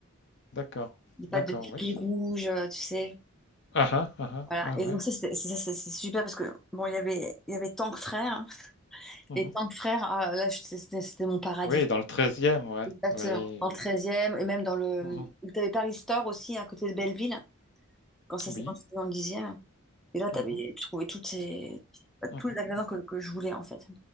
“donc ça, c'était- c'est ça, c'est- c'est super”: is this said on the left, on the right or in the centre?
Centre